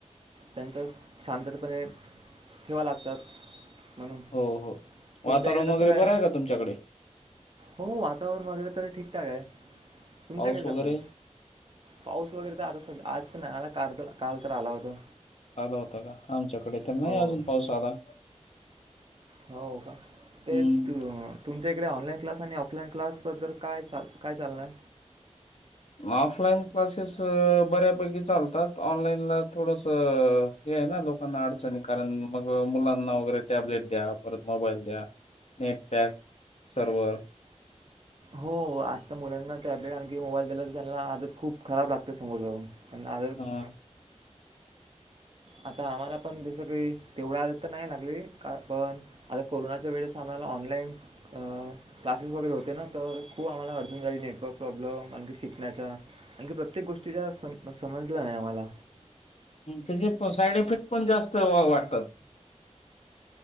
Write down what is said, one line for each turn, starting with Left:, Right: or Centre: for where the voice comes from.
Right: त्यांचा शांततापणे ठेवा लागतात म्हणून.
Left: हो हो
Right: तुमच्या
Left: वातावरण
Right: इकडे
Left: वगैरे
Right: कसं काय
Left: बरं आहे का तुमच्याकडे?
Right: हो वातावरण वगैरे तरी ठीकठाक आहे. तुमच्याकडे
Left: पाऊस वगैरे
Right: कस आहे? पाऊस वगैरे तर आता आज आला नसेल, काल तर काल तर आला होता.
Left: आला होता का, आमच्याकडे तर नाही
Right: हो
Left: अजून पाऊस आला.
Right: हो का ते
Left: हम्म
Right: त तुमचे एक तिकडे ऑनलाईन क्लास आणि ऑफलाईन क्लास बद्दल काय ल काय चालय?
Left: ऑफलाईन क्लासेस बऱ्यापैकी चालतात, ऑनलाईनला थोडस हे आहे ना लोकांना अडचणी, कारण मग मुलांना वगैरे टॅबलेट द्या, परत मोबाईल द्या. नेटपॅक सरोवर.
Right: हो आत्ता मुलांना टॅबलेट आणखी मोबाईल दिला तर त्यांना, आज खूप खराब लागते समोर जाऊन. आणि आदत
Left: हा.
Right: आता आम्हाला पण जसं काही. तेवढं आ तर नाही लागले, पण आता कोरोनाच्या वेळेस आम्हाला ऑनलाईन क्ला स वगैरे होते ना तर, खूप आम्हाला अडचन झाली, नेटवर्क प्रॉब्लेम आणकी शिकण्याच्या आणखी प्रत्येक गोष्टीचा सम समजला नाही आम्हाला.
Left: त्याचे पण साईड इफेक्ट पण जास्त वाटतात.